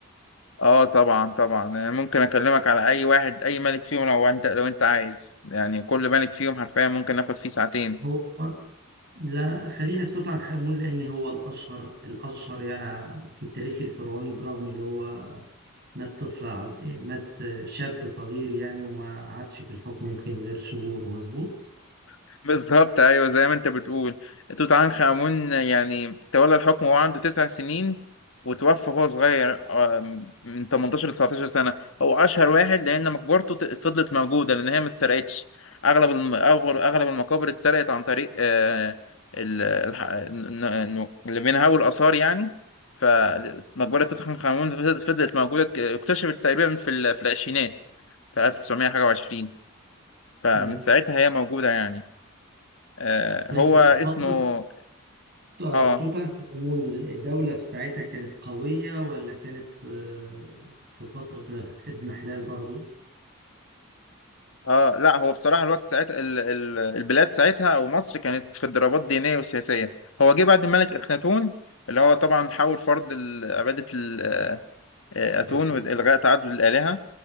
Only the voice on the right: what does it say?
هو لا خلينا في توت عنخ آمون لأن هو الأشهر الأشهر يعني في التاريخ الفرعوني برغم اللي هو مات طفل على- مات شاب صغير يعني وما عادش في الحكم يمكن غير شهور مظبوط
تمام
طيب
فترة آه،
توت عنخ آمون الدولة في ساعتها كانت قوية ولا كانت آه، في فترة اضمحلال برضو
توحيد